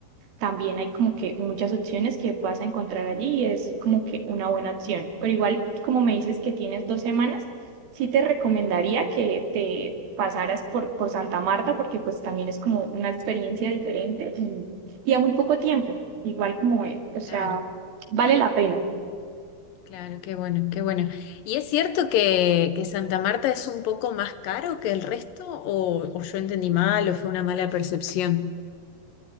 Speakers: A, on the right; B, on the left.
A: también hay como que muchas opciones que vas a encontrar allí y es como que una buena opción. Pero igual, como me dices que tienes dos semanas, sí te recomendaría que te pasaras por, por Santa Marta porque pues también es como una experiencia diferente y, y a muy poco tiempo. Igual como, eh, o sea,
B: Claro,
A: vale la pena.
B: claro, qué bueno, qué bueno. ¿Y es cierto que, que Santa Marta es un poco más caro que el resto? ¿O, o yo entendí mal o fue una mala percepción?